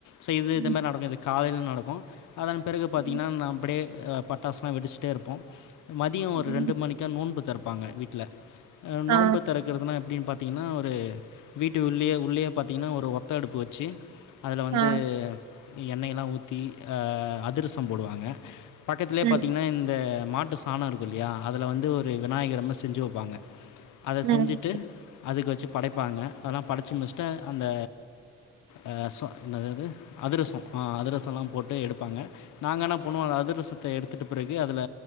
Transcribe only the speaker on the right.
ம்
ம்
ம்
ஆ
ஆ
ம்
ம்